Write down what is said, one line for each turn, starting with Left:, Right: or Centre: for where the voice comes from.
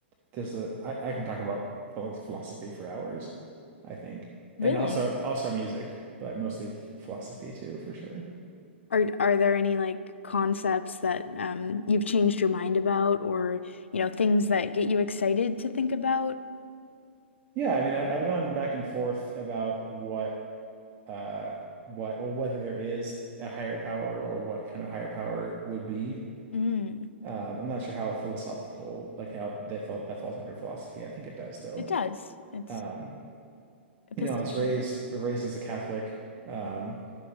Right: there's a I, I can talk about phil- philosophy for hours, I think.
Left: Really?
Right: And also also music, but mostly philosophy too, for sure.
Left: Are are there any like concepts that um you've changed your mind about or you know things that get you excited to think about?
Right: Yeah, I mean I, I've gone back and forth about what uh what well whether there is a higher power or what kind of higher power would be.
Left: Mm,
Right: Um, I'm not sure how philosophical, like how they felt that falls under philosophy. I think it does though.
Left: it does. It's
Right: Um,
Left: epistemology.
Right: you know, I was raised raised as a Catholic. Um,